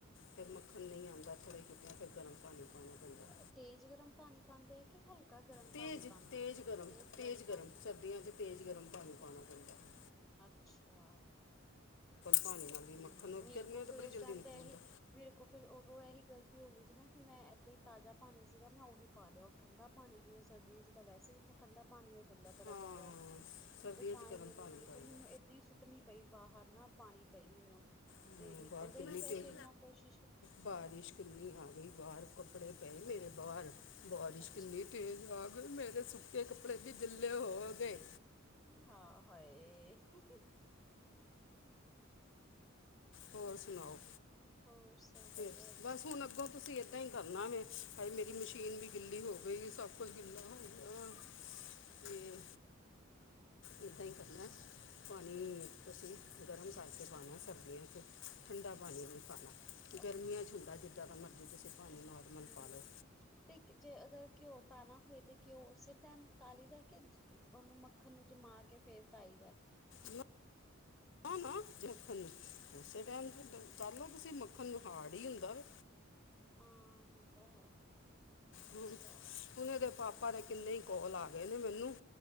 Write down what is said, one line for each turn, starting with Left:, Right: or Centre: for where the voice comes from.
Left: ਫੇਰ ਮੱਖਣ
Centre: ਹੂੰ, ਹੂੰ।
Left: ਨਹੀਂ ਆਉਂਦਾ, ਥੋੜ੍ਹਾ ਹੀ ਕੀਤਾ ਫਿਰ ਗਰਮ ਪਾਣੀ ਪਾਣਾ ਪੈਂਦਾ ਹੈ।
Centre: ਅਹ ਤੇਜ਼ ਗਰਮ ਪਾਣੀ ਪਾਉਂਦੇ ਹੈ ਕਿ ਹਲਕਾ ਗਰਮ
Left: ਤੇਜ਼
Centre: ਪਾਣੀ ਪਾਉਂਦੇ
Left: ਤੇਜ਼
Centre: ਹੈ?
Left: ਗਰਮ
Centre: ਤੇਜ਼ ਗਰਮ ਪਾਣੀ।
Left: ਸਰਦੀਆਂ 'ਚ ਤੇਜ਼ ਗਰਮ ਪਾਣੀ ਪਾਉਣਾ ਪੈਂਦਾ ਹੈ।
Centre: ਅੱਛਾ।
Left: ਪਾਣੀ ਨਾਲ ਵੀ
Centre: ਹੂੰ,
Left: ਮੱਖਣ ਉਹ
Centre: ਮੇਰੇ
Left: ਗਰਮੀਆਂ
Centre: ਕੋਲ
Left: 'ਚ ਤਾਂ
Centre: ਫੇਰ
Left: ਬੜੀ
Centre: ਉਸ
Left: ਜਲਦੀ
Centre: ਟਾਈਮ
Left: ਨਿਕਲ
Centre: ਤੇ ਇਹੀ
Left: ਜਾਂਦਾ
Centre: ਮੇਰੇ ਕੋਲ ਫੇਰ ਉਦੋਂ ਇਹੀ ਗਲਤੀ ਗਲਤੀ ਹੋ ਗਈ ਸੀ ਨਾ ਕਿ ਮੈਂ ਇੱਦਾਂ ਹੀ ਤਾਜ਼ਾ ਪਾਣੀ ਸੀਗਾ ਮੈਂ ਉਹੀ ਪਾ ਲਿਆ ਉਹ ਠੰਡਾ ਪਾਣੀ ਸੀਗਾ ਸਰਦੀਆਂ ਚ ਤਾਂ ਵੈਸੇ। ਠੰਢਾ ਪਾਣੀ। ਹੋ ਜਾਂਦਾ ਬੜਾ
Left: ਹਾਂ
Centre: ਜ਼ਿਆਦਾ
Left: ਸਰਦੀਆਂ
Centre: ਤੇ ਤਾਂ
Left: 'ਚ
Centre: ਹੀ
Left: ਗਰਮ
Centre: ਨੀ ਨਿਕਲੀ
Left: ਪਾਣੀ
Centre: ਫਿਰ
Left: ਪਾਈਦਾ
Centre: ਮੈਨੂੰ ਏਦਾਂ ਹੀ ਸੁੱਟਣੀ ਪਈ ਬਾਹਰ। ਨਾ ਪਾਉਣੀ ਪਈ ਮੈਨੂੰ
Left: ਹਮ,
Centre: ਤੇ ਨਿਕਲਦੇ
Left: ਬਾਹਰ ਕਿੰਨੀ
Centre: ਹੀ ਨੀ ਪਇਆ
Left: ਤੇਜ਼
Centre: ਸੀ ਇੰਨਾ ਕੁਛ।
Left: ਬਾਰਿਸ਼ ਕਿੰਨੀ ਆ ਗਈ ਬਾਹਰ ਕੱਪੜੇ ਪਏ ਮੇਰੇ ਬਾਹਰ ਬਾਰਿਸ਼
Centre: ਅੱਛਾ
Left: ਕਿੰਨੀ ਤੇਜ਼ ਤੇ ਜਵਾਕ ਵੀ ਮੇਰੇ ਸੁੱਕੇ ਕੱਪੜੇ ਵੀ ਗਿੱਲੇ ਹੋ ਗਏ।
Centre: ਆਹ ਹਾਂ ਹਾਏ।
Left: ਹੋਰ ਸੁਨਾਓ?
Centre: ਹੋਰ ਸਭ
Left: ਫੇਰ
Centre: ਵਧੀਆ ਹੈਗਾ
Left: ਬਸ ਹੁਨ ਅੱਗੋਂ ਤੁਸੀਂ ਏਦਾਂ ਹੀ ਕਰਨਾ ਵੇ, ਹਾਏ ਮੇਰੀ
Centre: ਹੂੰ
Left: ਮਸ਼ੀਨ ਵੀ ਗਿੱਲੀ ਹੋ ਗਈ। ਬਈ, ਸਭ ਕੁਛ ਗਿੱਲਾ ਹੋ ਗਿਆ ਹੈ। ਤੇ? ਏਦਾਂ ਹੀ ਕੱਢਣਾ ਪਾਣੀ ਅਸੀਂ। <inaudible> ਗਰਮ ਕਰਕੇ ਪਾਨਾ ਸਰਦੀਆਂ 'ਚ, ਠੰਡਾ ਪਾਨੀ ਨਹੀਂ ਪਾਨਾ।
Centre: ਅੱਛਾ
Left: ਗਰਮੀਆਂ 'ਚ ਹੁੰਦਾ ਜਿੱਦਾਂ ਦਾ ਮਰਜ਼ੀ ਤੁਸੀਂ। <unintelligible>
Centre: ਹੂੰ
Left: ਪਾ ਲਓ
Centre: ਤੇ ਇੱਕ 'ਚ ਅਗਰ ਘਿਓ ਪਾਨਾ ਹੋਏ ਤੇ। ਕਿ ਉਹ ਉਸੇ ਟਾਈਮ ਥਾਲੀ ਦਾ ਕੇ ਉਹਨੂੰ ਮੱਖਨ ਨੂੰ ਜਮਾ ਕੇ ਫੇਰ ਉਠਾਈ ਦਾ।
Left: ਨਾ ਨਾ ਨਾ ਮੱਖਨ ਨੂੰ ਉਸੇ ਟਾਈਮ 'ਚ
Centre: ਅੱਛਾ
Left: ਕਰ ਲਓ, ਤੁਸੀਂ ਮੱਖਨ ਨੂੰ ਹਾੜ ਹੀ ਹੁੰਦਾ ਵਾ।
Centre: ਹਾਂ, ਇਹ ਤਾਂ ਹੈ। ਅੱਛਾ
Left: ਹੂੰ, ਉਨ ਇਹਦੇ ਪਾਪਾ
Centre: ਠੀਕ
Left: ਦੇ ਕਿੰਨੇ ਹੀ ਕੌਲ ਆ ਗਏ ਨੇ ਮੈਨੂੰ